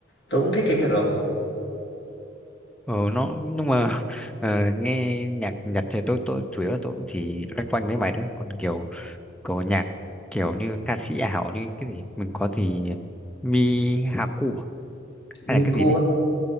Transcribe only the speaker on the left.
Tớ cũng thích cái việc đó.
Miku
á,